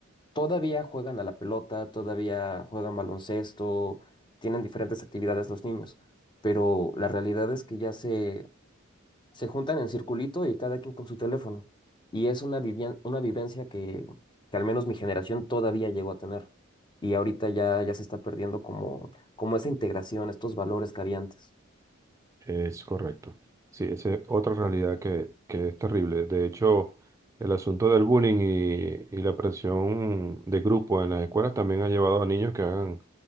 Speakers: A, on the left; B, on the right.
A: todavía juegan a la pelota, todavía juegan baloncesto, tienen diferentes actividades los niños, pero la realidad es que ya se se juntan en circulito y cada quien con su teléfono. Y es una vivien- una vivencia que, que al menos mi generación todavía llegó a tener. Y ahorita ya, ya se está perdiendo como, como esa integración, estos valores que había antes.
B: Es correcto. Sí, esa es otra realidad que, que es terrible. De hecho, el asunto del bullying y, y la presión de grupo en las escuelas también ha llevado a niños que hagan